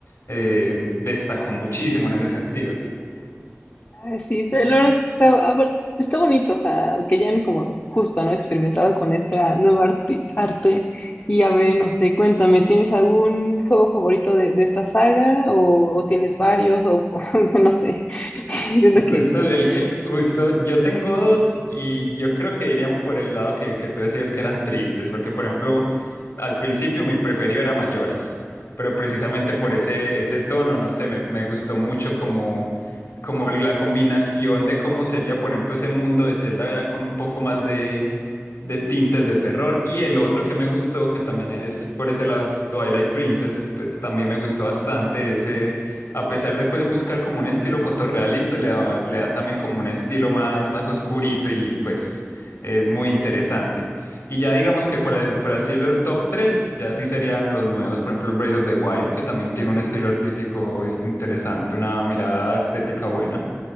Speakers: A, on the left; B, on the left.
A: eh, destacó muchísimo en ese sentido.
B: Ay, Sí, se- la verdad está, ah, bueno, está bonito, o sea, que ya hayan como justo, ¿no? Experimentado con esta nueva arti- arte. Y a ver, no sé, cuéntame, ¿tienes algún juego favorito de, de esta saga? ¿O, o tienes varios? O <laughs> no sé, <laughs> siento que
A: Justo,
B: o
A: el, el- eh, justo yo tengo dos y yo creo que irían por el lado que, que tú decías que eran tristes, porque por ejemplo, al principio mi preferido era Mayoras, pero precisamente por ese, ese tono, no sé, me, me gustó mucho como, como la combinación de cómo sería, por ejemplo, ese mundo de Zelda ya con un poco más de, de tintes de terror. Y el otro que me gustó, que también es por ese lado, es Twilight Princess, pues también me gustó bastante ese a pesar de pues buscar como un estilo fotorrealista, le da, le da también como un estilo más, más oscurito y pues es muy interesante. Y ya digamos que por, el- por así el top 3 ya sí serían los nuevos, por ejemplo Braid of the Wild, que también tiene un estilo artístico es- interesante, una mirada estética buena.